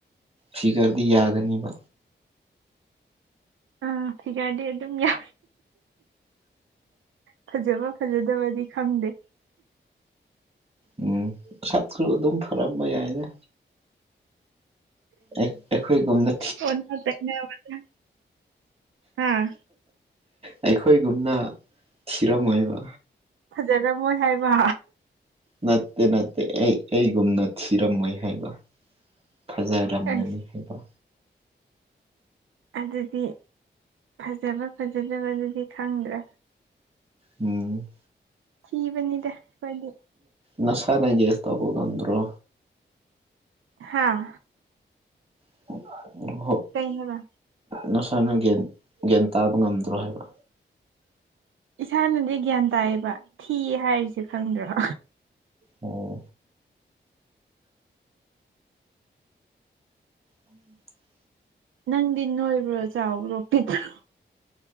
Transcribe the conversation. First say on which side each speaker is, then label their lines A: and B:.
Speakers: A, on the right; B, on the right.
A: ꯐꯤꯒꯔꯗꯤ ꯌꯥꯒꯅꯤꯕ
B: ꯑꯥ ꯊꯤꯒꯗꯤ ꯑꯗꯨ ꯑꯗꯨꯝ ꯌꯥ ꯐꯖꯕ ꯐꯖꯗꯕꯗꯤ ꯈꯪꯗꯦ
A: ꯎꯝ ꯁꯛꯁꯨ ꯑꯗꯨꯝ ꯐꯔꯝꯕ ꯌꯥꯏꯅꯦ ꯑꯦ ꯑꯦꯈꯣꯏ ꯒꯨꯝ ꯅ
B: ꯑꯣꯩꯅ ꯍꯥꯥ
A: ꯑꯩꯈꯣꯏꯒꯨꯝꯅ ꯊꯤꯔꯝꯃꯣꯏꯕ
B: ꯐꯥꯖꯔꯝ ꯃꯣꯏ ꯍꯥꯏꯕ
A: ꯅꯠꯇꯦ ꯅꯠꯇꯦ ꯑꯩ ꯑꯩꯒꯨꯝꯅ ꯊꯤꯔꯝꯃꯣꯏ ꯍꯥꯏꯕ ꯈꯖꯥ ꯔꯝꯅꯤ
B: ꯑꯩꯁ
A: ꯍꯥꯏꯩꯕ
B: ꯑꯗꯨꯗꯤ ꯐꯖꯕ ꯐꯖꯗꯕꯗꯨꯗꯤ ꯈꯪꯗ꯭ꯔꯥ
A: ꯎꯝ
B: ꯊꯤꯕꯅꯤꯗ ꯃꯥꯗꯤ
A: ꯅꯁꯥꯅꯒꯦꯁ ꯇꯒꯣꯗꯟ꯭ꯔꯣ
B: ꯍꯥꯥ
A: <unintelligible>
B: ꯀꯩ ꯍꯥꯏꯕ
A: ꯅꯁꯥꯅ ꯒ ꯒꯟ ꯇꯥꯕ ꯉꯝꯗ꯭ꯔꯣ ꯍꯥꯏꯕ
B: ꯏꯁꯥꯅꯗꯤ ꯒ꯭ꯌꯥꯟ ꯇꯥꯏꯌꯦꯕ ꯊꯤ ꯍꯥꯏꯔꯤꯁꯦ ꯈꯪꯗ꯭ꯔꯣ
A: ꯑꯣ ꯎꯝ
B: ꯅꯪꯗꯤ ꯅꯣꯏꯕ꯭ꯔꯣ ꯆꯥꯎꯕ꯭ꯔꯣ ꯄꯤꯠꯇ꯭ꯔꯣ